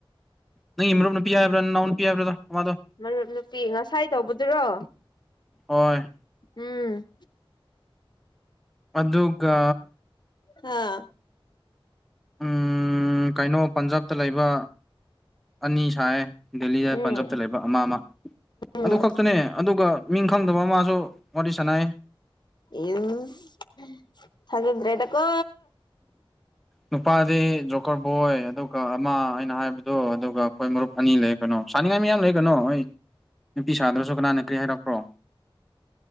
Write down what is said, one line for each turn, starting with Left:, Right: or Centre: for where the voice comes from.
Centre: ꯅꯪꯒꯤ ꯃꯔꯨꯞ ꯅꯨꯄꯤ ꯍꯥꯏꯕ꯭ꯔꯥ ꯅꯅꯥꯎ ꯅꯨꯄꯤ ꯍꯥꯏꯕ꯭ꯔꯗꯣ ꯑꯃꯥꯗꯣ
Left: ꯃꯔꯨꯞ ꯅꯨꯄꯤ ꯉꯁꯥꯏ ꯇꯧꯕꯗꯨꯔꯣ
Centre: ꯍꯣꯢ
Left: ꯎꯝ
Centre: ꯑꯗꯨꯒ
Left: ꯍꯥ
Centre: ꯎ ꯀꯩꯅꯣ ꯄꯟꯖꯥꯕꯇ ꯂꯩꯕ ꯑꯅꯤ ꯁꯥꯏ ꯗꯦꯜꯂꯤꯗ
Left: ꯎꯝ
Centre: ꯄꯟꯖꯥꯕꯇ ꯂꯩꯕ ꯑꯃ ꯑꯃ
Left: ꯎꯝ
Centre: ꯑꯗꯨ ꯈꯛꯇꯅꯦ ꯑꯗꯨꯒ ꯃꯤꯡ ꯈꯪꯗꯕ ꯑꯃꯥꯁꯨ ꯋꯥꯔꯤ ꯁꯥꯟꯅꯩ
Left: ꯢꯁ ꯊꯖꯗ꯭ꯔꯦꯗ ꯀꯣ
Centre: ꯅꯨꯄꯥꯗꯤ ꯖꯣꯀꯔ ꯕꯣꯏ ꯑꯗꯨꯒ ꯑꯃ ꯑꯩꯅ ꯍꯥꯏꯕꯗꯣ ꯑꯗꯨꯒ ꯑꯩꯈꯣꯏ ꯃꯔꯨꯞ ꯑꯅꯤ ꯂꯩ ꯀꯩꯅꯣ ꯁꯥꯅꯤꯡꯉꯥꯏ ꯃꯌꯥꯝ ꯂꯩ ꯀꯩꯅꯣ ꯍꯣꯏ ꯅꯨꯄꯤ ꯁꯥꯗ꯭ꯔꯁꯨ ꯀꯅꯥꯅ ꯀꯔꯤ ꯍꯥꯏꯔꯛꯄ꯭ꯔꯣ